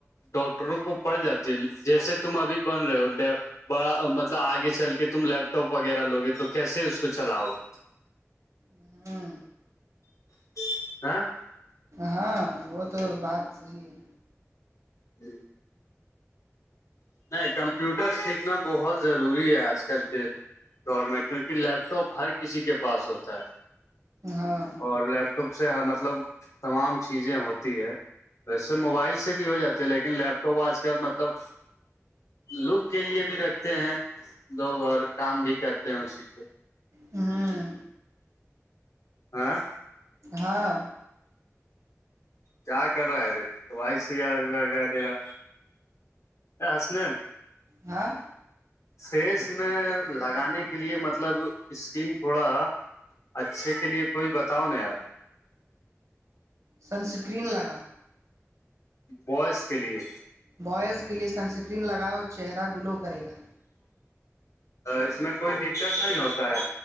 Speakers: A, on the left; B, on the right.
A: ڈاکٹروں کو پڑ جاتی ہے جیسے تم ابھی بن رہے ہو بڑا مطلب آگے چل کے تم لیپ ٹاپ وغیرہ لوگے تو کیسے اس کو چلاؤ گے
B: ہ
A: <inaudible>
B: ہاں وہ تو بات صحیح ہے
A: جی نہیں کمپیوٹر سیکھنا بہت ضروری ہے آج کل کے گور میں کیونکہ لیپٹاپ ہر کسی کے پاس ہوتا ہے
B: ہاں
A: اور لیپ ٹاپ سے ہر مطلب تمام چیزیں ہوتی ہے ویسے موبائل سے بھی ہو جاتے ہے لیکن لیپ ٹاپ آج کل مطلب لک کے لیے بھی رکھتے ہیں لوگ اور کام بھی کرتے ہیں اسی سے
B: ہممم
A: ہاں
B: ہاں
A: کیا کر رہا ہے رے تو وائف سے لگ رہا ہے تیرا حسنین
B: ہاں
A: فیس میں لگانے کے لیے مطلب اسکن تھوڑا اچھے کے لیے کوئی بتاؤ نہیں یار
B: سن اسکرین لگا
A: بویس کے لیے
B: بوئز کے لیے سنسکرین لگاؤ چہرہ گلو کرے گا
A: اس میں کوئی دقت نہیں ہوتا ہے